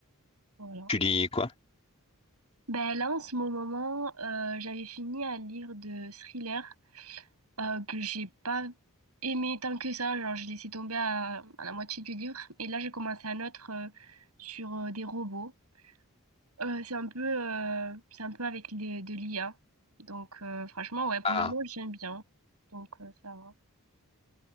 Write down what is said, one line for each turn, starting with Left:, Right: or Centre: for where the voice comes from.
Right: Voilà.
Left: Tu lis quoi?
Right: Ben là, en ce moment, euh, j'avais fini un livre de thriller euh, que j'ai pas aimé tant que ça. Genre, j'ai laissé tomber à, à la moitié du livre. Et là, j'ai commencé un autre euh, sur euh, des robots. Euh, c'est un peu, euh, c'est un peu avec les- de l'IA. Donc, euh, franchement, ouais, pour
Left: Ah.
Right: le moment, j'aime bien. Donc, euh, ça va.